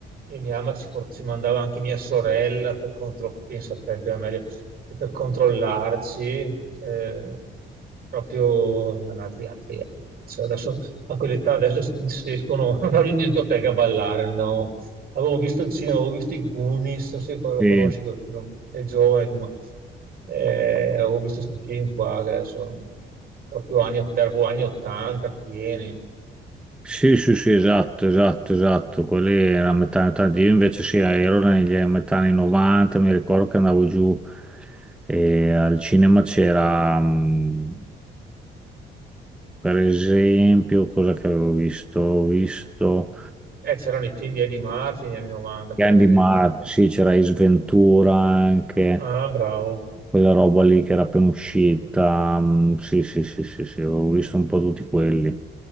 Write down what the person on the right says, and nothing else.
e mia mamma ci, por- ci mandava anche mia sorella per controllare, pensa a te, in prima media, e per controllarci, cioè, proprio altri, altri anni. Cioè, adesso a quell'età adesso escono <laughs> vanno in discoteca a ballare, andavamo Avevo visto il cinema, avevo visto i Goonies, non so se lo
conosci quel film, è giovane, ho detto, ma eh, avevo visto questi film qua che sono proprio anni, proprio anni 80 pieni.
Eh, c'erano i film di Eddie Murphy negli anni 90, per
esempio.
Ah, bravo.